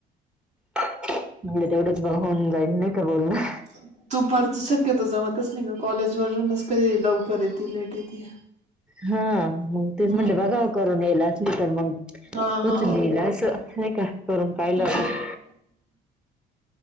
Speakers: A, in the centre; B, on the right.
A: म्हलं तेवढंच ब होन जाईल नाही का बोलणार
B: ह तू परत शक्यतो जवातच नाही का कॉलेजवररूनच कधी लवकर येते लेट येते
A: हा
B: हम्म
A: ते म्हटले बघा करून येईल असली तर मग.
B: हा
A: होत
B: हा
A: नलं असं नाही का करून पाहिलंता.
B: हम्म